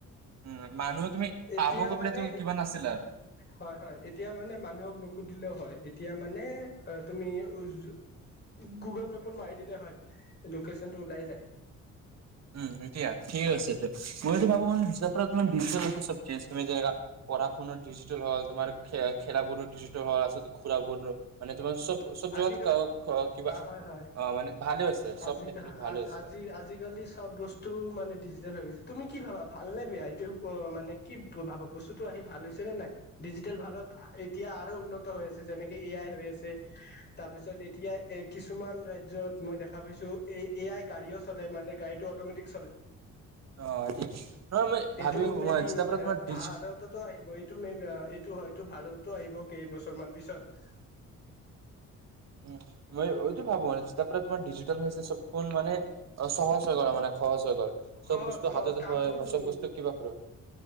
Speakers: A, on the right; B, on the left.
A: উম, মানুহ তুমি
B: এতিয়া
A: পাব গৈ
B: মানে
A: পেলাই তো কিবা নাছিল আৰু।
B: হয়-হয় এতিয়া মানে মানুহক নুুহুধিলেও হয় এতিয়া। মানে তুমি যু গুগুল মেপত মাৰি দিলেও হয়, লোকেচন টো ওলাই যায়।
A: উম' এতিয়া ঠিক আছে মই এইটো ভাবো মান তোমাৰ ডিজিতেল আছে চব তুমি যেনে পঢ় শুনাৰ ডিজিটেল হল তোমাৰ খেলা বোৰো ডিজিটেল হল আচলতে ঘুৰাবোৰ মানে তোমাৰ চব চব জেগাত
B: আজি
A: কিবা
B: হয়-হয়
A: অ' মানে ভালে হৈছে চব
B: আজি-আজি
A: ক্ষেত্ৰত ভালে হৈছে।
B: আজিকালি চব বস্তু টো মানে ডিজিটেল হৈ গৈছে। তুমি কি ভাবা ভাল নে বেয়া এইটো মানে কি ভাবা বস্তুতটো আহি ভাল হৈছে নে নাই ডিজিটেল ভাৰত এতিয়া আৰু উন্নত হৈ আছে যেনেকে এ আই হৈ আছে। তাৰ পিছত এতিয়া এ কিছুমান ৰাজ্যত মই দেখা পাইছো এই এ আই গাড়ীও চলে মানে গাড়ীতটো অটমেটিক চলে।
A: অ' ঠিক নহয় মই ভাবি
B: এইটো মে বি
A: যেতিয়াৰ পৰা তোমাৰ ডিজি
B: ভাৰততো আহিব এইটো মে এইটো হয়তো ভাৰত টো আহিব কেইবছৰ মান পিছত।
A: উম, মই এইটো ভাবো মানে যে তাৰ পৰা তোমাৰ ডিজিটেল হৈছে চবখনোন মানে অ সহজ হৈ কৰা মানে সহজ হৈ গল।
B: সহজ
A: চব বস্তু
B: সহজ
A: হাততে
B: কামবোৰ উম
A: চব বস্তু কিবা কৰিব